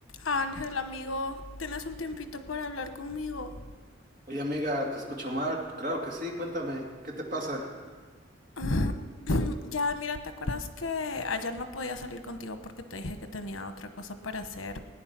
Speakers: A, on the left (about 85°); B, on the right (about 40°).
A: Ángel, amigo, ¿tienes un tiempito para hablar conmigo?
B: Oye, amiga, te escucho mal. Claro que sí, cuéntame, ¿qué te pasa?
A: <clears throat> Ya, mira, ¿te acuerdas que ayer no podía salir contigo porque te dije que tenía otra cosa para hacer?